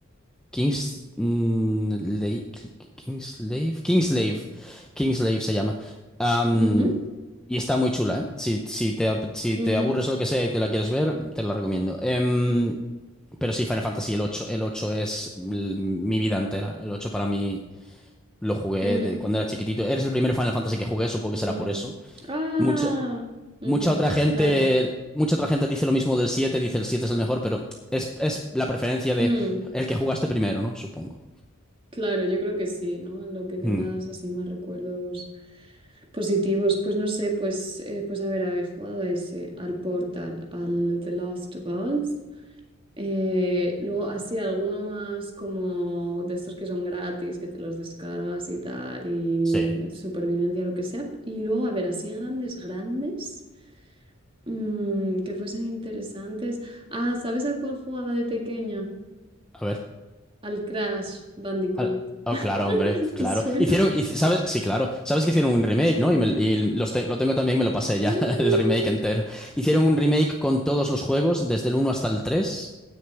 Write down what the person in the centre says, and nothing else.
Kings, mm, Lei- Kingslave, Kingslave, Kingslave se llama. Am,
y está muy chula, ¿eh? Si, si te, si
te aburres o lo que sea y te la quieres ver, te la recomiendo. Em, pero sí, Final Fantasy, el ocho el ocho es l- mi vida entera. El 8 para mí lo jugué
de cuando era chiquitito. Eres el primer Final Fantasy que jugué, supongo
que será por eso.
Mucha,
mucha otra gente,
mucha otra gente dice lo mismo del 7, dice el 7 es el mejor, pero es, es la preferencia de
el que jugaste primero, ¿no? Supongo.
Hmm.
Sí,
a ver.
Al- Oh,
claro, hombre, claro.
Hicieron, hici- ¿sabes? Sí, claro. Sabes que hicieron un remake,
¿no? Y, me- y los te- lo tengo también, me lo pasé ya,
<laughs> el remake entero. Hicieron un remake con todos los juegos, desde el uno hasta el 3